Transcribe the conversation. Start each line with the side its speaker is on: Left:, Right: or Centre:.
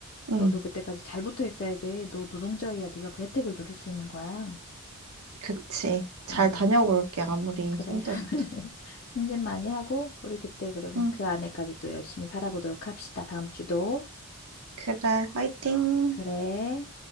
Right: 음
Left: 너도 그때까지 잘 붙어 있어야 돼. 너 노동자유야. 네가 그 혜택을 누릴 수 있는 거야.
Right: 그치. 잘
Left: 음,
Right: 다녀볼게 아무리
Left: 그래.
Right: 힘들어도.
Left: <laughs> 승진 많이 하고, 우리 그때 그러면
Right: 음
Left: 그 안에까지 또 열심히 살아보도록 합시다. 다음 주도.
Right: 그래, 화이팅!
Left: 그래.